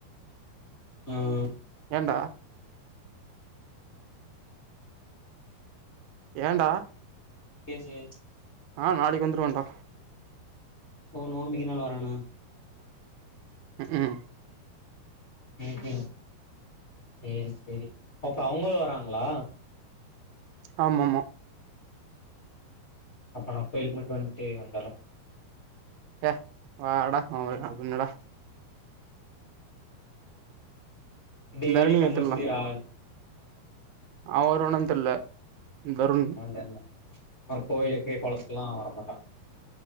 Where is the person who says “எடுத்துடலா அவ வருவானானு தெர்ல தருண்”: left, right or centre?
Right